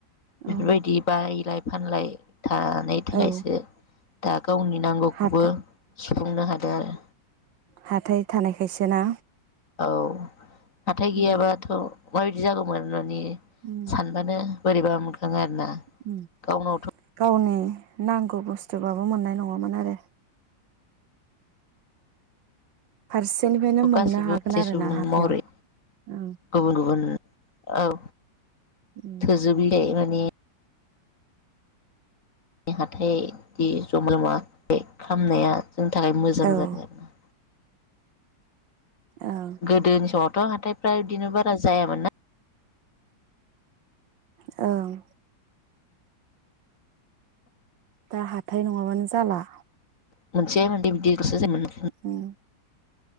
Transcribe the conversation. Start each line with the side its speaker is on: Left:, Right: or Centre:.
Left: बेफोरबायदि
Right: औ
Left: बायलाय फानलाय थानाय थाखायसो
Right: औ
Left: दा गावनि नांगौखौबो
Right: हाथाय
Left: सुफुंनो हादों ओ
Right: हाथाय थानायखायसो ना
Left: औ हाथाय गैयाबाथ'
Right: उम
Left: मा इदि जागौमोन न नि
Right: उम
Left: सानबानो बोरैबा मोख खाङो आरोना
Right: उम
Left: गावनावथ'
Right: गावनि नांगौ बुस्थ बाबो मोननाय नङामोन आरो फारसेनिफ्रायनो मोननो
Left: गासिबो
Right: हागोन
Left: सासे
Right: आरो
Left: सुबुं
Right: ना हाथायाव
Left: महरै
Right: ओं
Left: गुबुन गुबुन औ
Right: उम
Left: थोजोबैलाय मा ने नि हाथायदि जमा लङा बे खालामनाया जोंनि थाखाय मोजां
Right: औ
Left: जाबाय आरोना
Right: ओं
Left: गोदोनि समावथ' हाथायफ्रा बिदिनो बारा जायामोन ना
Right: औ ओं दा हाथाय नङाबानो जाला
Left: मोनसेैेै बिबदि गोसो ज मोन
Right: उम